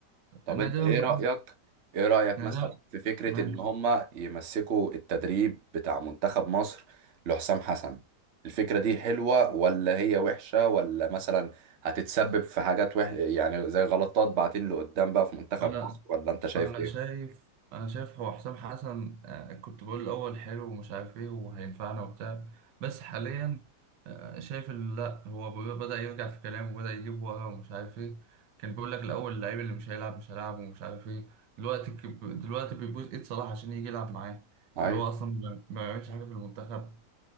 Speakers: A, on the right (about 50°); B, on the right (about 85°).
A: طب
B: النادي
A: انت
B: لما
A: ايه رأيك
B: تصدر
A: ايه رأيك
B: النادي
A: مثلا في فكرة
B: ماشي
A: ان هما يمسكوا التدريب بتاع منتخب مصر لحسام حسن الفكرة دي حلوة ولا هي وحشة ولا مثلا هتتسبب في حاجات وح... يعني زي غلطات بعدين لقدام بقى في منتخب
B: أنا
A: مصر ولا انت شايف
B: انا
A: ايه؟
B: شايف انا شايف هو حسام حسن آه، كنت بقول الاول حلو ومش عارف ايه وهينفعنا وبتاع بس حاليا آه، شايف ال- لا هو ب- بدأ يرجع في كلامه وبدأ يجيب ورا ومش عارف ايه كان بيقول لك الاول اللعيب اللي مش هيلعب مش هيلعب ومش عارف ايه دلوقتي ك- دلوقتي بيبوظ ايد صلاح عشان يجي يلعب معاه
A: أيوة.
B: اللي هو اصلا ما ما بيعملش حاجه في المنتخب